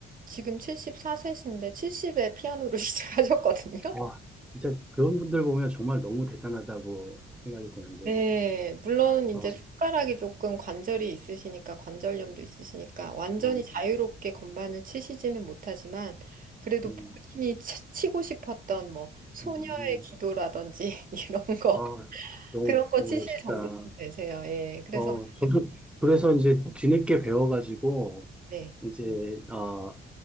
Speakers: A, on the right (about 45°); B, in the centre.
A: 지금 74세신데 70에 피아노를 <laughs> 시작하셨거든요.
B: 아, 진짜 그런 분들 보면 정말 너무 대단하다고 생각이 드는데,
A: 네, 물론 이제
B: 아,
A: 손가락이 조금 관절이 있으시니까, 관절염도 있으시니까, 완전히
B: 어,
A: 자유롭게 건반을 치시지는 못하지만, 그래도
B: 음,
A: 본인이 치- 치고 싶었던 뭐, 소녀의
B: 음, 음.
A: 기도라든지, <laughs> 이런 거,
B: 아, 너무
A: 그런 거
B: 멋있다.
A: 치실 정도는 되세요. 예, 그래서,
B: 어, 저도 그래서 이제 뒤늦게 배워가지고,
A: 네.
B: 이제, 어,